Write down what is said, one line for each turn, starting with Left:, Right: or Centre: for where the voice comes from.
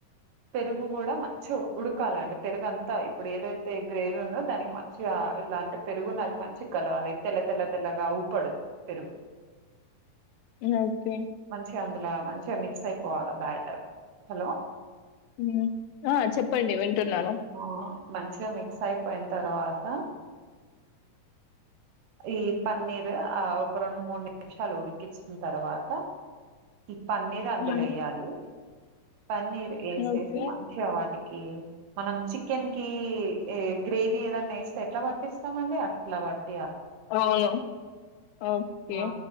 Right: పెరుగు కూడా మంచి ఉడకాలండి పెరుగు అంతా ఇప్పుడు ఏదైతే గ్రేవీ ఉందో దానికి మంచిగా ఇలా అంటే పెరుగున్నది మంచి గలవాలి తెల్ల తెల్ల తెల్లగా అవ్పడద్దు పెరుగు
Left: ఓకే
Right: మంచిగా అందులో మంచిగా మిక్స్ అయిపోవాల బ్యాటర్ హలో
Left: ఉ ఆ చెప్పండి వింటున్నాను
Right: ఆ మంచిగా మిక్స్ అయిపోయిన తర్వాత ఈ పన్నీర్ ఆ ఒక రెండు మూడు నిమిషాలు ఉడికించిన తర్వాత ఈ పన్నీర్ అందులో
Left: ఉమ్,
Right: వేయాలి పన్నీర్ వేసేసి
Left: ఓకే
Right: మంచిగా వాటికి మనం చికెన్ కి ఏ గ్రేవీ ఏదన్నా వేస్తే ఎట్లా పట్టిస్తామండి అట్లా పట్టి
Left: అవును ఓకే
Right: ఆ